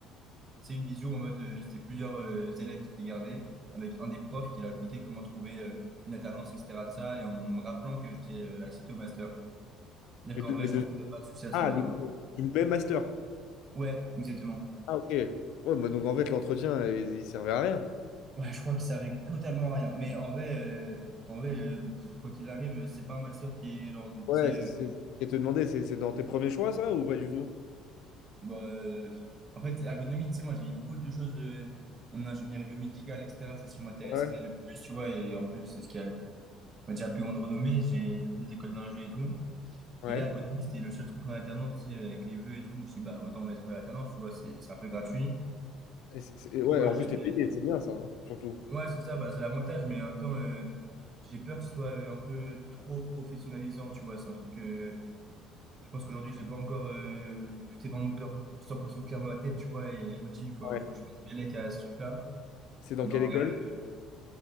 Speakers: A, on the right; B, on the left.
A: tu sais, une visio en mode, euh, c'était plusieurs euh, élèves qui étaient gardés, avec un des profs qui leur expliquait comment trouver euh, une alternance, etc., de ça, et en me rappelant que j'étais euh, accepté au master. C'est-à-dire
B: Mais
A: qu'en
B: de,
A: vrai,
B: mais
A: je
B: de...
A: pense qu'il n'y a pas de souci à se
B: Ah,
A: faire,
B: de-
A: genre.
B: du même master.
A: Ouais, exactement.
B: Ah, ok. Ouais, bah donc en fait, l'entretien, il, il servait à rien.
A: Ouais, je crois qu'il servait totalement à rien. Mais en vrai, euh, en vrai, euh, pff, quoi qu'il arrive, euh, c'est pas un master qui est genre, de- tu
B: Ouais,
A: sais,
B: c'est
A: euh,
B: c'est- je te demander, c'est c'est dans tes premiers choix, ça, ou pas du tout?
A: bah, euh, en fait, ergonomie, tu sais, moi, j'ai mis beaucoup de choses euh, en ingénierie biomédicale, etc. C'est ce qui m'intéresserait
B: Ouais.
A: le plus, tu vois. Et en plus, c'est ce qui a, le- on va dire, la plus grande renommée. J'ai pris des écoles d'ingé et tout.
B: Ouais.
A: Et là, ergonomie, c'était le seul truc en alternance, tu sais, avec les vœux et tout. Je me suis dit, bah, autant mettre alternance, tu vois, c'est c'est un peu gratuit.
B: Et c'est- c'est-
A: Du
B: ouais,
A: coup, bah,
B: en
A: j'ai
B: plus, t'es
A: fait,
B: payé, c'est bien ça, hein, surtout.
A: Ouais, c'est ça, bah, c'est l'avantage, mais en même temps, euh, j'ai peur que ce soit euh, un peu trop professionnalisant, tu vois. C'est un truc, euh, je pense qu'aujourd'hui, j'ai pas encore, euh, tout est pas encore 100% clair dans la tête, tu vois, et je me dis, il faut,
B: Ouais.
A: faut que je fasse bellec à ce truc-là.
B: C'est dans
A: Non,
B: quelle
A: en
B: école?
A: vrai, euh,